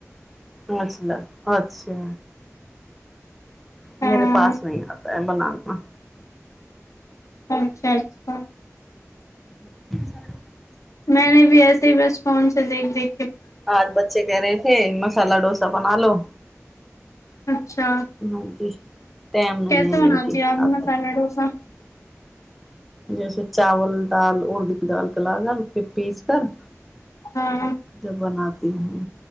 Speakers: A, in the centre; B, on the left (about 70°).
A: अचछा अच्छा मेेेरे
B: हाँ
A: पास नहीं आता है बनाना
B: अच्छा अच्छा
A: ह <inaudible>
B: मैने भी ऐसे ही बस फोन से देख ली
A: आज बच्चे कह रहेै हैं ऐ मसला डोसा बना लो
B: हुँ अच्छा
A: मैंने कि टाइम नहीं
B: कैसे
A: है मैंने
B: बना
A: कि
B: छियै आ
A: आज
B: मसाला
A: तक
B: डोसा
A: जैसे चावल दाल उर्द क दालके लागल फेर पीस कर
B: हाँ
A: जे बना ती हुँ